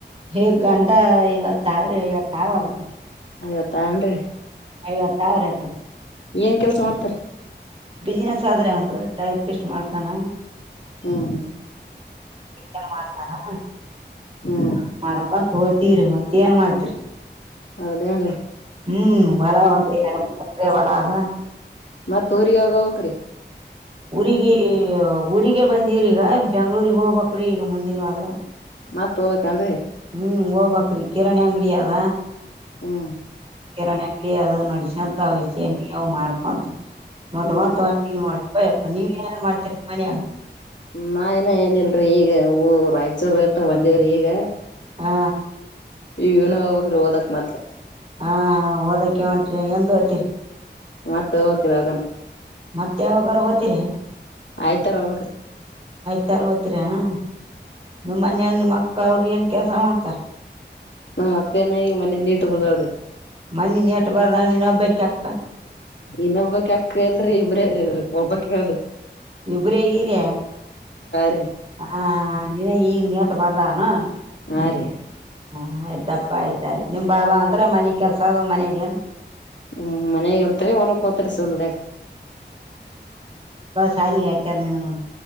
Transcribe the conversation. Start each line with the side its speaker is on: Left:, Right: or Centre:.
Right: ಹೇಗ್ ಗಂಡ ಇವತ್ಾವ್ರಿ ಇವತ್ಾವ ಅದಕ್ಕ
Left: ಐವತ್ತನ್ೀ
Right: ಐವತ್ತು ಅವ್ರ ಆತು.
Left: ಏನ್ ಕೆಲ್ಸ ಮಾಡ್ತೀರಿ.
Right: ಬಿಸ್ನೆಸ್ ಆದರಿ ಅವ್ಂದು ಟೈಪಷ್ಟ್ ಮಾಡ್ತಾನ.
Left: ಹ್ಮ್
Right: ಚನ್ ಮಾಡ್ತಾನ <inaudible>
Left: ಹ್ಮ್
Right: ಮಾಡ್ಕೊಂತ್ ಹೋತೀವ್ರಿ ಮತ್ತತ್ ಏನ್ ಮಾಡ್ತ್ರಿ.
Left: ಹೌದೇನ್ರಿ
Right: ಹ್ಮ್ ಹೊಲವಂದ ಎರಡ್ ಮೂರ್ ಎಕ್ರೆ ಹೊಲ ಅದ.
Left: ಮತ್ತ ಊರಿಗ ಯಾವಾಗ ಹೋಗ್ಬೇಕ್ರಿ.
Right: ಊರಿಗ ಊರಿಗೆ ಬಂದಿವ್ರಿ ಈಗ ಬೆಂಗ್ಳೂಗ್ ಹೋಗ್ ಬೆಕ್ರಿ ಈಗ ಮುಂದಿನ ವಾರದ.
Left: ಮತ್ ಹೋಗ್ಬೇಕ ಏನ್ರಿ.
Right: ಹ್ಮ್ ಹೋಗ್ಬಕ್ರಿ ಕಿರಾಣಿ ಅಂಗಡಿ ಅದ
Left: ಹ್ಮ್
Right: ಕಿರಾಣಿ ಅಂಗಡಿ ಅ ನಡ. ಹಂತವ ವಿಷೇಮವು ಮಾಡ್ಕೊಂತ. ಮೊಟ
Left: ಹ್ಮ್
Right: ಮಾಡಪ್ಪ ನೀವ ಏನ ಮಾಡ್ತೀರಿ ಮನ್ಯಾಗ.
Left: ನಾ ಇನ ಏನಿಲ್ರೀ ಈಗ ಹೂ ರಾಯಚೂರ್ ಅಂತ ಬಂದಿವ್ರಿ ಈಗ.
Right: ಹಾ.
Left: ಈಗ ಇವನ ಹೋಗ್ಬೇಕ್ರಿ ಓದಕ್ ಮತ್ತ್.
Right: ಹಾ ಹಾ ಓದಕ್ಕೆ ಹೊಂಟ್ರ ಎಂದ ಹೋಗ್ತೀರಿ.
Left: ಮತ್ತ ಹೋಗ್ಬೇಕ್ರಿ ಇದಗನ.
Right: ಮತ್ತ ಯಾವಾಗಾರ ಓತಿರಿ.
Left: ಆಯ್ತಾರ ಅವಕ್ರೀ.
Right: ತರ್ ಹೋಗ್ತೀರಾ ನಿಮ್ಮ್ ಮನ್ಯಾಗ ನಿಮ್ಮ ಅಕ್ಕ ಅವ್ರ ಏನ್ ಕೆಲ್ಸ ಮಾಡ್ತಾರ.
Left: ನಮ್ಮ್ ಅಕ್ಳ ನ ಈ ಮನೆ ನೀಟ ಬರ್ದಾಲ್ರಿ.
Right: ಮನ್ನೆ ನೀಟ್ ಬರದಲ್ ಎನ್ನೊಬ್ಕೆ ಅಕ್ಕ.
Left: ಇನ್ನೊಬ್ಬಕ್ ಅಕ್ಕ ಎಲ್ರಿ ಇಬ್ರಾರಿ ಇರೋದು ಒಬ್ಬಕಿನ ಇರೋದು.
Right: ಇಬ್ರೇ ಈರ
Left: ರೀ
Right: ಹ ನೀ ಈಗ ನೀ. ಬರದಾಲೇನ್.
Left: ಹಾ ರೀ.
Right: ಹ ಆಯ್ತಪ್ಪಾ ಆಯ್ತ ಆಯ್ತ್ ನಿಮ್ ಬಾ ಅಂದ್ರ ಮನಿಗ್ ಕೆಲ್ಸ ಅದಾವ್ ಮನೆಗೆ.
Left: ಹ ಮನಗ ಇರ್ತಾರೆ ಹೊಲಕ್ಕೋತೀರಿ ದುಡ್ಯಾಕ್.
Right: ಕಾಡಿಗ ಹಾಕ್ಯರ್ ನಿನಗೂನು.